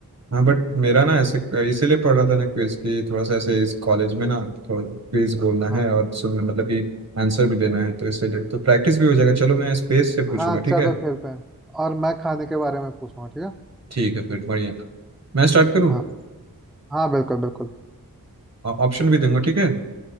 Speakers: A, on the right; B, in the centre.
A: हाँ बट मेरा ना ऐसे इसीलिए पढ़ रहा था ना क्विज की थोड़ा सा ऐसे इस कॉलेज में ना थोड़ा क्विज बोलना
B: हाँ
A: है और सुनना मतलब कि आंसर भी देना है तो इसीलिए तो प्रैक्टिस भी हो जाएगा चलो मैं स्पेस से पूछूंगा
B: हाँ
A: ठीक
B: चलो
A: है
B: खेलते हैं और मैं खाने के बारे में पूछूंगा ठीक है
A: ठीक है फिर बढ़िया मैं स्टार्ट करूँ
B: हाँ हाँ बिल्कुल बिल्कुल
A: ऑप्शन भी दूंगा ठीक है